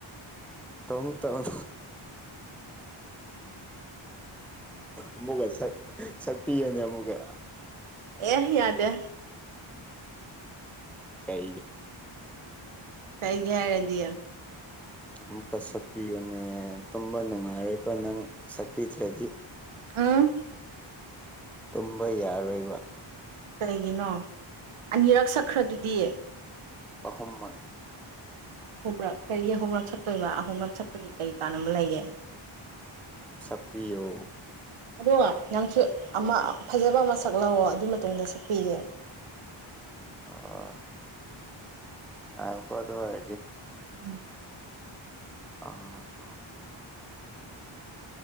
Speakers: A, in the centre; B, on the right (about 75°).
A: ꯇꯧ ꯇꯧ ꯑꯃꯨꯛꯀ ꯁꯛ ꯁꯛꯄꯤꯌꯣꯅꯦ ꯑꯃꯨꯛꯀ
B: ꯑꯦ ꯌꯥꯗꯦ
A: ꯀꯩꯖ
B: ꯀꯩꯒꯦꯔꯗꯤ
A: ꯑꯃꯨꯛꯀ ꯁꯛꯄꯤꯌꯨꯅꯦ ꯇꯨꯝꯕ ꯅꯨꯡꯉꯥꯏꯔꯣꯏꯕ ꯅꯪ ꯁꯛꯄꯤꯗ꯭ꯔꯗꯤ
B: ꯎꯝ
A: ꯇꯨꯝꯕ ꯌꯥꯔꯣꯏꯕ
B: ꯀꯩꯒꯤꯅꯣ ꯑꯅꯤꯔꯛ ꯁꯛꯈ꯭ꯔꯗꯨꯗꯤ
A: ꯑꯍꯨꯝ ꯃꯉ
B: ꯑꯍꯨꯝꯔꯛ ꯀꯔꯤꯒꯤ ꯑꯍꯨꯝꯔꯛ ꯁꯠꯇꯣꯏꯕ ꯑꯍꯨꯝꯂꯛ ꯁꯠꯄꯒꯤ ꯀꯔꯤ ꯀꯥꯟꯅꯕ ꯂꯩꯒꯦ
A: ꯁꯛꯄꯤ꯭ꯌꯣ
B: ꯑꯗꯣ ꯅꯪꯁꯨ ꯑꯃ ꯐꯖꯕ ꯑꯃ ꯁꯛ ꯂꯥꯛꯑꯣ ꯑꯗꯨ ꯃꯇꯨꯡꯗ ꯁꯛꯄꯤꯒꯦ
A: ꯑꯣ ꯉꯥꯏꯌꫭꯀꯥ ꯑꯗꫭ ꯑꫭꯏꯗꯤ
B: ꯎꯝ
A: ꯑ